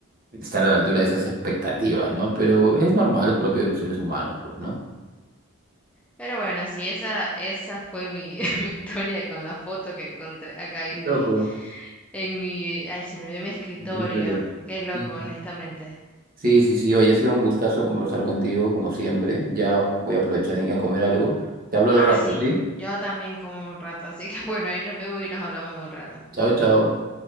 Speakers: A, on the right; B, in the centre.
A: estar a la altura de esas expectativas, ¿no? Pero es normal, es propio de los seres humanos, pues, ¿no?
B: Pero bueno, sí, esa, esa fue mi, <laughs> mi historia con la foto que encontré acá en
A: Loco.
B: mi En mi, ay, se me olvidó mi escritorio.
A: en serio.
B: Qué loco,
A: Sí,
B: honestamente.
A: sí, sí, sí. Hoy ha sido un gustazo conversar contigo, como siempre. Ya voy a aprovechar en ir a comer algo. Te hablo al
B: Ah,
A: rato,
B: sí,
A: ¿sí?
B: yo también como en un rato, así que <laughs> bueno, ahí nos vemos y nos hablamos en un rato.
A: Chao, chao.